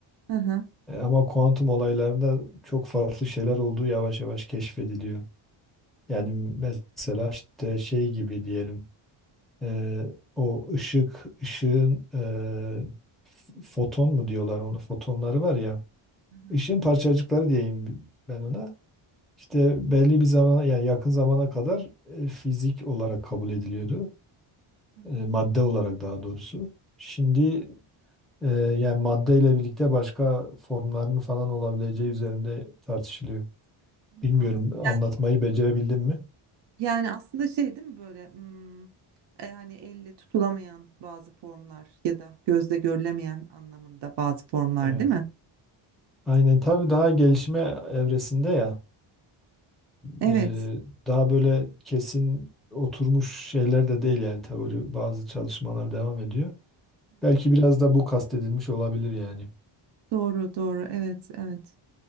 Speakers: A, on the right (about 55°); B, in the centre.
A: Hı hı.
B: E, ama kuantum olaylarında çok farklı şeyler olduğu yavaş yavaş keşfediliyor. Yani mesela işte şey gibi diyelim. Eee, o ışık, ışığın eee, f- foton mu diyorlar onu? Fotonları var ya.
A: Hı hı,
B: Işığın parçacıkları diyeyim ben ona.
A: hı hı,
B: İşte belli bir zaman yani yakın zamana kadar e, fizik olarak kabul ediliyordu.
A: hı hı.
B: E, madde olarak daha doğrusu. Şimdi e, yani madde ile birlikte başka formlarının falan olabileceği üzerinde tartışılıyor.
A: Hmm,
B: Bilmiyorum
A: Anladım.
B: anlatmayı
A: Yani
B: becerebildim mi?
A: yani aslında şey değil mi böyle hmm, e, hani elle tutulamayan bazı formlar ya da gözle görülemeyen anlamında bazı formlar
B: Evet.
A: değil mi?
B: Aynen tabii daha gelişme evresinde ya.
A: Evet.
B: Eee, daha böyle kesin oturmuş şeyler de değil yani teori bazı çalışmalar devam ediyor. Belki biraz da bu kastedilmiş olabilir yani.
A: Doğru, doğru. Evet, evet.